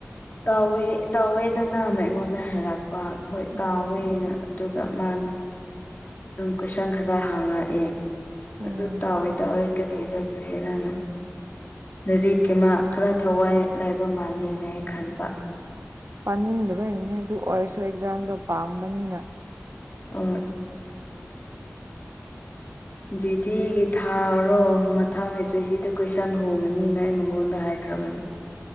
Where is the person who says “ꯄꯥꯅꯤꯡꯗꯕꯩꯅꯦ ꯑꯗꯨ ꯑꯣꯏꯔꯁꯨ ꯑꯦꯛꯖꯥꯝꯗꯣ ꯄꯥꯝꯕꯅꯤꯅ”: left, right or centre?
Right